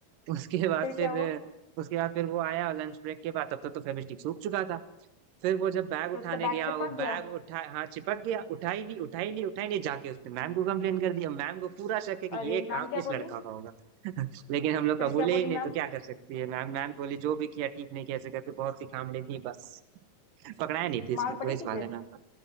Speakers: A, on the right; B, on the left.
A: उसके बाद
B: फिर क्या
A: फिर
B: हुआ
A: उसके बाद फिर वो आया लंच ब्रेक के बाद तब तक तो फेविस्टिक सूख चुका था फिर वो जब बैग
B: फिर
A: उठाने
B: उसका बैग
A: गया
B: चिपक
A: वो बैग
B: गया
A: उठा हाँ चिपक गया उठा ही नहीं उठा ही नहीं उठा ही नहीं जाके उसने मैम को कंप्लेन कर दिया मैम को पूरा शक है कि
B: अरे
A: ये
B: मैम
A: काम
B: क्या
A: इस
B: बोली
A: लड़का का होगा लेकिन हम लोग
B: फिर
A: कबूले
B: क्या बोली
A: ही नहीं
B: मैम
A: तो क्या कर सकती है मैम मैम बोली जो भी किया ठीक नहीं किया ऐसे करके बहुत सी खामड़ी दी बस पकड़ाया नहीं थे इसमें
B: मार पड़ी
A: तो इस
B: थी
A: वाले
B: फिर
A: में हमको।